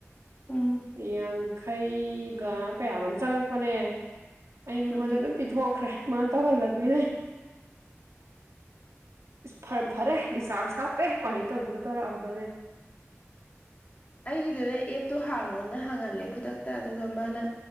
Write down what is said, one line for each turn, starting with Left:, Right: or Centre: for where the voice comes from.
Left: ꯎꯝ
Right: ꯌꯥꯡ ꯈꯩ ꯀꯌꯥꯔꯣꯝ ꯆꯪꯉꯛ ꯐꯅꯦ ꯑꯩ ꯃꯤꯉꯣꯟꯗ
Left: ꯎꯝ
Right: ꯑꯗꯨꯝ ꯄꯤꯊꯣꯛꯈ꯭ꯔꯦ ꯃꯥ ꯇꯣꯜꯂ ꯃꯤꯅꯦ ꯐ ꯐꯔꯦ ꯔꯤꯆꯥꯔꯖ ꯍꯥꯞꯄꯦ ꯀꯃꯥꯏꯅ ꯇꯧꯗ꯭ꯔꯒ ꯇꯧꯔꯛꯑꯝꯕꯅꯦ
Left: ꯑꯩꯒꯤꯗꯨꯗ ꯑꯦꯞꯇꯣ ꯍꯥꯡꯉꯣꯅ ꯍꯥꯡꯍꯜꯂꯦ ꯈꯨꯗꯛꯇ ꯑꯗꯨꯒ ꯃꯥꯅ